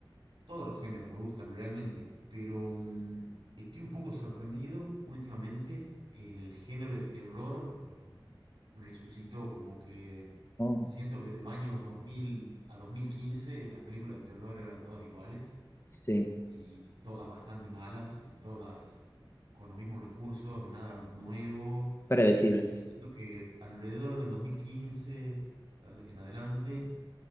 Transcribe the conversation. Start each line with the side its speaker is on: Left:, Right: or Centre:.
Right: Todos los géneros me gustan realmente, pero mm, estoy un poco sorprendido últimamente. El género de terror eh, resucitó, como que
Left: Oh,
Right: siento que de los años 2000 a 2015 las películas de terror eran todas iguales
Left: Sí,
Right: y todas bastante malas y todas eh, con los mismos recursos, nada nuevo.
Left: predecibles.
Right: Y siento que alrededor del 2015 tal en adelante